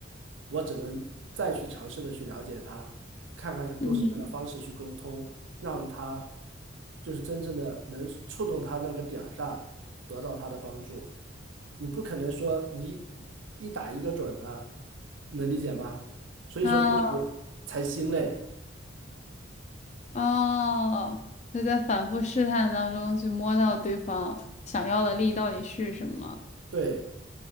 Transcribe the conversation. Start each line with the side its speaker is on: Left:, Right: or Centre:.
Right: 我只能再去尝试的去了解他，看看用什么样的方式去沟通，
Left: 嗯
Right: 让他就是真正的能触动他那个点儿上，得到他的帮助。你不可能说你一打一个准儿了，能理解吗？所以说这才
Left: 啊。
Right: 才心累。
Left: 哦，就在反复试探当中去摸到对方想要的力到底是什么。
Right: 对，